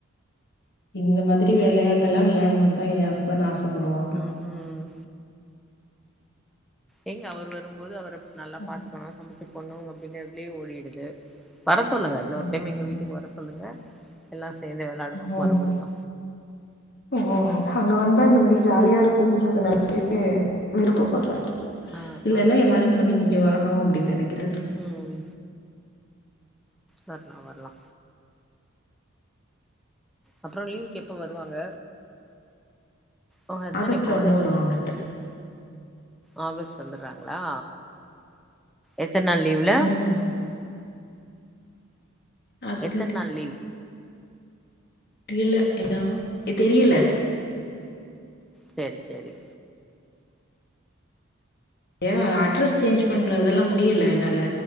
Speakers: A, on the left (about 55°); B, in the centre.
A: இந்த மாதிரி வெளையாட்டு எல்லா வெளையாடனுன்னுதா ஏன் ஹஸ்பண்ட் ஆச ப்படுவாங்க
B: ம் ம் நீங்க அவர் வரும்போது அவர நல்லா
A: ம்.
B: பாத்துக்கணு சமைச்சு போட்ணு அப்டிங்கிறதுலயே ஓடிடுது. வர சொல்லுங்க இன்னொரு
A: ம்.
B: டைம் எங்க வீட்டுக்கு வர சொல்லுங்க எல்லா சேந்தே வெளையாடுவோ
A: ம்.
B: மறுபடியு
A: ம் அங்க வந்தா இந்த மாரி ஜாலியா இருக்குன்றதுனாலயே விருப்பப்படுறாரு.
B: ஆ
A: இல்லன்னா
B: ஆ
A: எல்லாரு கெளம்பி இங் க வரணு அப்டின்னு நெனைக் கிறே
B: ம் வர்லா வர்லா அப்றோ லீவுக்கு எப்ப வருவாங்க? உங்க ஹஸ்பண்ட்
A: ஆகஸ்ட்ல
B: எப்ப
A: வந்து வருவாங்க நெக்ஸ்ட்டு.
B: ஆகஸ்ட் வந்தர்றாங்களா எத்தன நாள் லீவுல?
A: ம் அது
B: எத்தன நாள் லீவ்?
A: இல்ல ஏன்னா ஏ தெரியல.
B: செரி செரி
A: ஏ அட்ரெஸ் சேஞ்ச் பண்றதெல்லா
B: சரி
A: முடியல இன்னா இல்ல